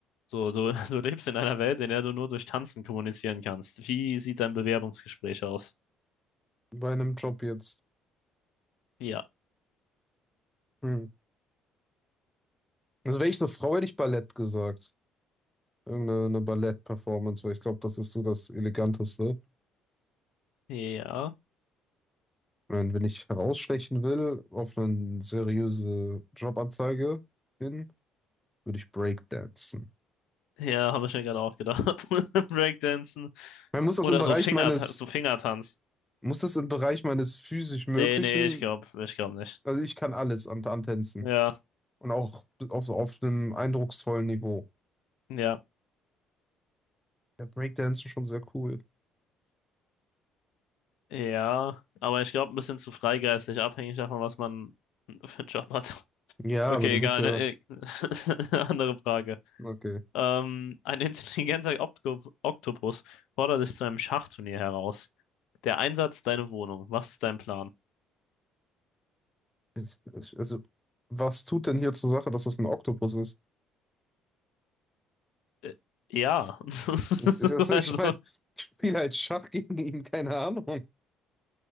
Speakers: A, on the left; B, in the centre.
A: So, du, <laughs> du lebst in einer Welt, in der du nur durch Tanzen kommunizieren kannst. Wie sieht dein Bewerbungsgespräch aus?
B: bei einem Job jetzt.
A: Ja,
B: Hm. Also wäre ich eine Frau, hätte ich Ballett gesagt. Irgendeine eine Ballett-Performance, weil ich glaube, das ist so das Eleganteste.
A: ja,
B: Wenn, wenn ich herausstechen will, auf eine seriöse Jobanzeige hin würde ich Breakdancen.
A: ja, <laughs> habe ich mir gerade auch gedacht. <laughs> Breakdancen
B: Man muss das
A: oder
B: im Bereich
A: so Finger,
B: meines,
A: so Fingertanz.
B: muss das im Bereich meines physisch Möglichen,
A: Nee, nee, ich glaube, ich glaube nicht.
B: also ich kann alles an, an Tänzen
A: Ja,
B: und auch auf so auf einem eindrucksvollen Niveau.
A: ja,
B: Ja, Breakdancen schon sehr cool.
A: ja, aber ich glaube, ein bisschen zu freigeistig, abhängig davon, was man für einen Job hat.
B: Ja,
A: Okay,
B: aber du
A: egal,
B: willst ja,
A: ne? <laughs> Andere Frage.
B: okay.
A: Ähm, ein <laughs> intelligenter Oktop Oktopus fordert dich zu einem Schachturnier heraus. Der Einsatz deine Wohnung. Was ist dein Plan?
B: Es- es- Also, was tut denn hier zur Sache, dass das ein Oktopus ist?
A: Äh, ja. <laughs>
B: Und das- Also,
A: Also,
B: ich meine, ich spiele halt Schach gegen ihn, keine Ahnung.